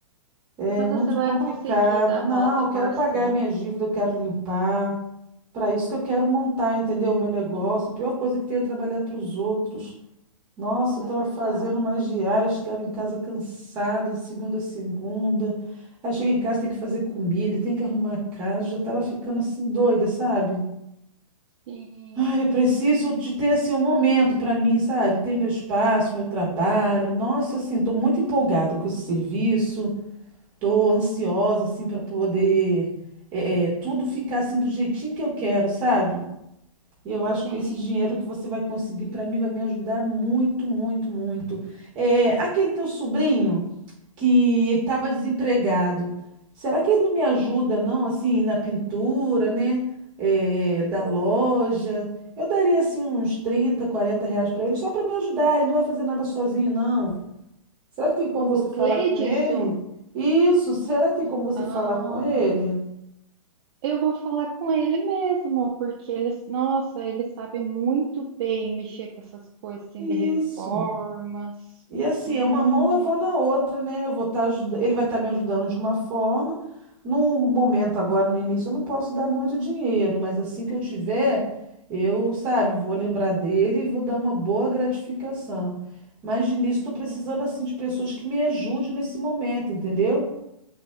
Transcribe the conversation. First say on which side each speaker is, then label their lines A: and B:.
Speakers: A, on the right (about 25°); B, on the right (about 45°).
A: É
B: Mas
A: muito
B: você vai
A: complicado.
B: conseguir dar a
A: Não,
B: volta
A: eu
B: por
A: quero pagar
B: cima,
A: minha dívida, eu quero limpar. Para isso que eu quero montar, entendeu? O meu negócio. A pior coisa que tem é trabalhar para os outros. Nossa, eu
B: é
A: estava
B: verdade.
A: fazendo umas diárias, chegava em casa cansada de segunda a segunda. Aí chega em casa, tem que fazer comida, tem que arrumar a casa. Já estava ficando assim doida, sabe?
B: Sim,
A: Ai, eu preciso de ter assim um momento para mim, sabe? Ter meu espaço, meu trabalho. Nossa, assim, estou muito empolgada com esse serviço. Tô ansiosa, assim, para poder é, é, tudo ficar assim do jeitinho que eu quero, sabe? E eu acho
B: sim.
A: que esse dinheiro que você vai conseguir para mim vai me ajudar muito, muito, muito. É, aquele teu sobrinho que estava desempregado, será que ele não me ajuda, não, assim, na pintura, né? É, da loja? Eu daria, assim, uns 30, 40 reais para ele, só para me ajudar. Ele não vai fazer nada sozinho, não. Será que tem como
B: O
A: você falar
B: Cleidson,
A: com ele? Isso, será que tem como você
B: ah,
A: falar com ele?
B: eu vou falar com ele mesmo, porque ele, nossa, ele sabe muito bem mexer com essas coisas assim
A: Isso.
B: de reformas.
A: E assim,
B: Hum,
A: é uma mão lavando a outra, né? Eu vou estar ajudando, ele vai estar me ajudando de uma forma. No momento agora, no início, eu não posso dar muito dinheiro, mas assim que eu tiver, eu, sabe, vou lembrar dele e vou dar uma boa gratificação. Mas de início, estou precisando
B: uhum.
A: assim de pessoas que me ajudem nesse momento, entendeu?